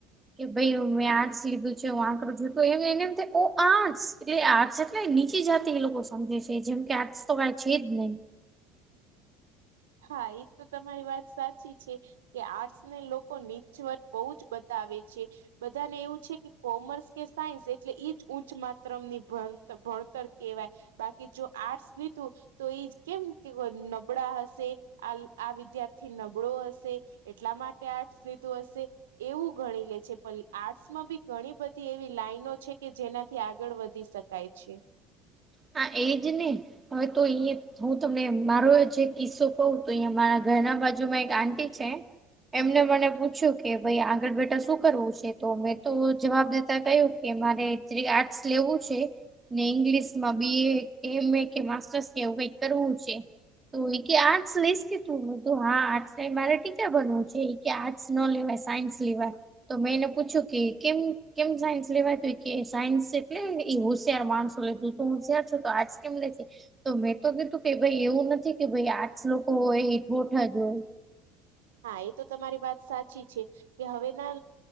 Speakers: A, on the right; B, on the right.
A: કે ભાઈ મેં આર્ટસ લીધું છે હું આ કરું છું એને એમ થાય ઓ આર્ટસ એટલે આર્ટ્સ એટલે નીચી જાતી એ લોકો સમજે છે જેમ કે આર્ટસ તો કઈ છે જ નહી
B: હા એ તો તમારી વાત સાચી છે કે આર્ટસ ને લોકો નીચુ બોહ જ બતાવે છે બધાને એવું છે કે કોમર્સ કે સાયન્સ એટલે ઈજ ઉચ્ચ માત્ર ત્ર મની ભણ ભણતર કવાય બાકી જો આર્ટસ લીધું તો ઈ કેમ કે વ નબડા હશે આ આ વિદ્યાર્થી નબળો હશે એટલા માટે આર્ટસ લીધું હશે એવું ગણી લે છે પણ આર્ટસમાં બી ઘણી બધી એવી લાઈનો છે કે જેનાથી આગળ વધી શકે કાંઈ છે
A: હ એજ ને હવે તો અ હું તમને મારો જે કિસ્સો કઉ તો અહિયાં મારા ઘરના બાજુમાં એક આંટી છે એમને મને પૂછ્યું કે ભાઈ આગળ બેટા શું કરવું છે તો મેં તો જવાબ દેતા કહ્યું કે મારે જે આર્ટસ લેવું છે ને ઇંગ્લિશ માં બી એ એમ એ કે માસ્ટર્સ એવું કઈ કરવું છે તો ઈ કે આર્ટસ લઈશ તું, હુ તો હા આર્ટસ મારે ટીચર બનવું છે કે આર્ટસ નો લેવાય સાયન્સ લેવાય તો મેં એને પૂછ્યું કે કેમ કેમ સાયન્સ લેવાતું કે સાયન્સ એટલે એ હોશિયાર માણસો એટલે તુ હુશિયાર છે તો આર્ટ્સ કેમ લે છે તો મેં તો કીધું કે ભઈ એવું નથી કે ભઈ આર્ટસ લોકો હોય ઈ ઠોઠ જ હોય.
B: હા એ તો તમારી વાત સાચી છે કે હવેના